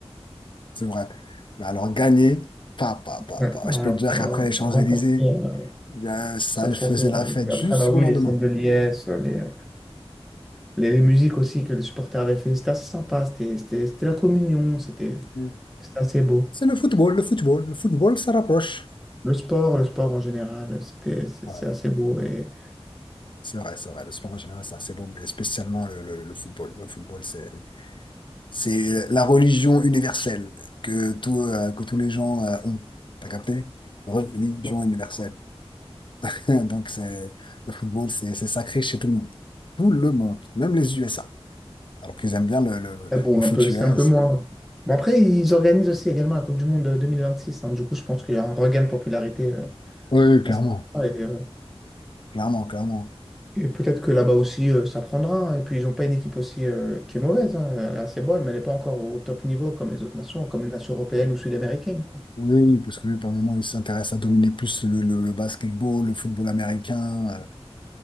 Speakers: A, on the left; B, in the centre.
A: c'est vrai. Mais alors, gagner, pas, pas, pas,
B: Ouais.
A: pas.
B: Alors,
A: Je peux te dire
B: euh,
A: qu'après les Champs-Élysées,
B: remporter euh,
A: il y a- ça
B: ce trophée.
A: faisait
B: ouais.
A: la fête
B: Et puis
A: jusqu'au
B: après, bah oui,
A: lendemain.
B: les scènes de liesse, euh, les, euh, les, les musiques aussi que les supporters avaient fait, c'était assez sympa. C'était c'était- c'était la communion, c'était
A: Hmm.
B: c'était assez beau.
A: C'est le football, le football. Le football, ça rapproche.
B: Le sport, le sport en général, c'était, c'est
A: Ouais.
B: c'est assez beau et
A: C'est vrai, c'est vrai. Le sport en général, c'est assez beau, mais spécialement le, le- le football. Le football, c'est, c'est la religion universelle que, tout, euh, que tous les gens euh, ont. T'as capté? Religion universelle. <laughs> Donc, c'est, le football, c'est c'est sacré chez tout le monde. Tout le monde, même les USA. Alors qu'ils aiment bien le, le,
B: mais bon,
A: le
B: un
A: foot
B: peu, c'est
A: US.
B: un peu moins.
A: et-
B: Mais après, ils organisent aussi également la Coupe du Monde euh, 2026. hein. Du coup, je pense qu'il y a un regain de popularité euh,
A: Oui, oui, clairement.
B: à ce moment-là. Et, euh,
A: Clairement, clairement.
B: et peut-être que là-bas aussi, euh, ça prendra. hein. Et puis, ils n'ont pas une équipe aussi euh, qui est mauvaise. hein. Elle est assez bonne, mais elle n'est pas encore au top niveau comme les autres nations, comme les nations européennes ou sud-américaines, quoi.
A: Oui, oui, parce que lui, par moment, il s'intéresse à dominer plus le, le, le basketball, le football américain. euh,